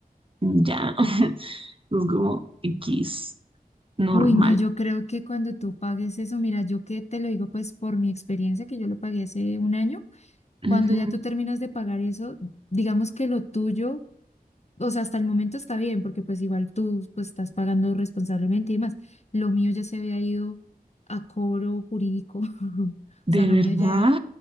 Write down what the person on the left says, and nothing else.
Uy, no, yo creo que cuando tú pagues eso, mira, yo que te lo digo pues por mi experiencia, que yo lo pagué hace un año,
cuando ya tú terminas de pagar eso, digamos que lo tuyo o sea, hasta el momento está bien, porque pues igual tú pues estás pagando responsablemente y demás. Lo mío ya se había ido a cobro jurídico. <laughs>
O sea, lo
mío ya,